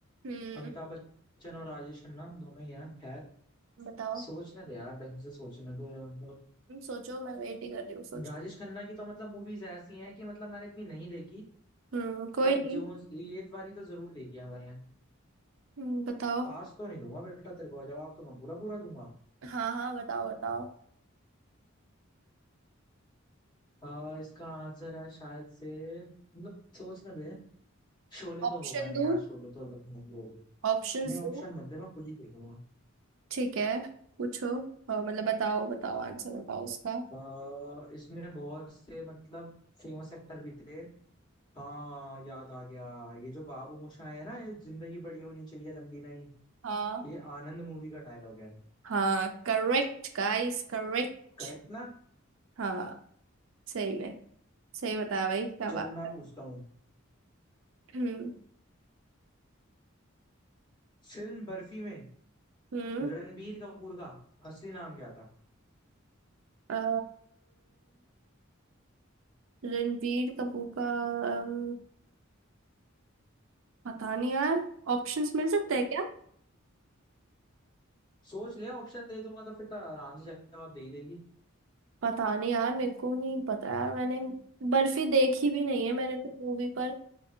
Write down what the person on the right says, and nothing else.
हम्म
बताओ
तुम सोचो मैं वेट ही कर रही हूँ सोचो
हम्म कोई
नहीं
हम्म, बताओ
हाँ हाँ बताओ बताओ
ऑप्शन
दो
ऑप्शन
दो
ठीक है पूछो और मतलब बताओ बताओ आंसर बताओ उसका
हाँ
हाँ करेक्ट गाइस करेक्ट
हाँ सही में सही बताया भाई क्या
बात
है
हम्म
हम्म
अ, रणबीर कपूर का अम, पता नहीं यार ऑप्शंस मिल सकते हैं क्या
पता नहीं यार मेरे को नहीं पता यार मैंने बर्फी देखी भी नहीं है मैंने तो मूवी पर